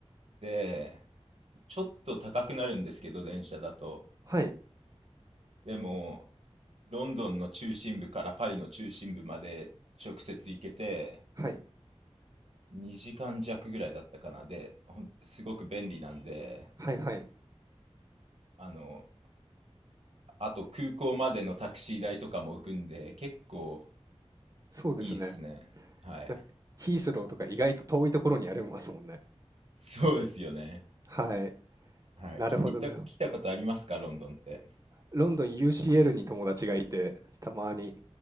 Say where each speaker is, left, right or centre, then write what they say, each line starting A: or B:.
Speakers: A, on the right; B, on the right.
A: で、ちょっと高くなるんですけど、電車だと。
B: はい。
A: でも、ロンドンの中心部からパリの中心部まで直接行けて、
B: はい。
A: 2時間弱ぐらいだったかな。で、ほん、すごく便利なんで、
B: はいはい。
A: あの、あと空港までのタクシー代とかも浮くんで、結構
B: そうですね。
A: いいっすね。はい。
B: なんか、ヒースローとか意外と遠いところにありますもんね。
A: そうですよね。
B: はい。
A: はい。
B: なるほどなるほど
A: き、行った、来たことありますか、ロンドンって。
B: ロンドン UCL に友達がいて、たまに